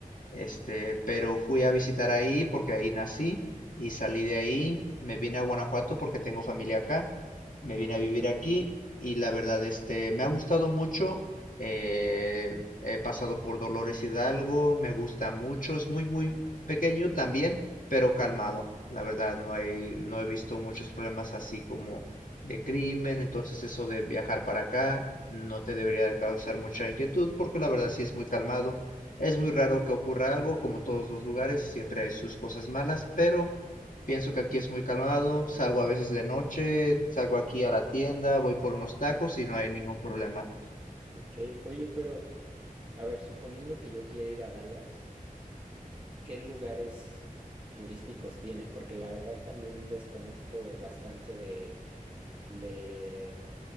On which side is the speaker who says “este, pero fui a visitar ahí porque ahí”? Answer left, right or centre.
Left